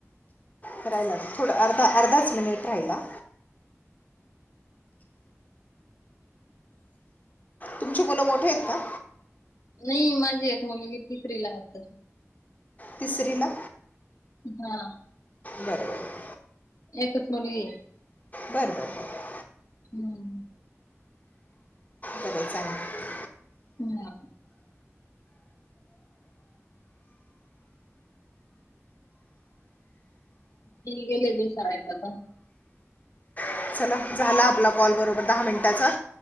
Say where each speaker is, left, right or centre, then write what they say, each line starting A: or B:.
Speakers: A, on the left (about 30°); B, on the left (about 90°).
A: करायला थोडं, अर्धा- अर्धाच मिनिट राहिला. तुमची मुलं मोठेयत का?
B: नाही, माझी एक मुलगी तिसरीला आताशी.
A: तिसरीला?
B: हा.
A: बरं, बरं.
B: एकच मुलगीय.
A: बरं, बरं, बर.
B: हम्म.
A: बरय, चांगलं.
B: हम्म. तिनी गेलेली सरायचा पण.
A: चालेल चला. झाला आपला कॉल, बरोबर दहा मिनटाचा.